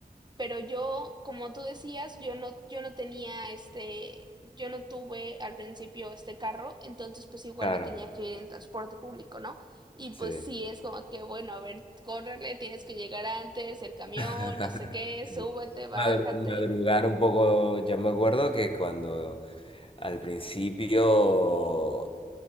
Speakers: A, on the right; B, on the left.
A: pero yo, como tú decías, yo no, yo no tenía este, yo no tuve al principio este carro, entonces pues igual
B: claro,
A: me tenía que ir en transporte público, ¿no? Y
B: sí.
A: pues sí, es como que, bueno, a ver, córrele, tienes que llegar antes, el camión,
B: <laughs>
A: no sé qué,
B: Sí.
A: súbete, bájate.
B: Madru- madrugar un poco, ya me acuerdo que cuando al principio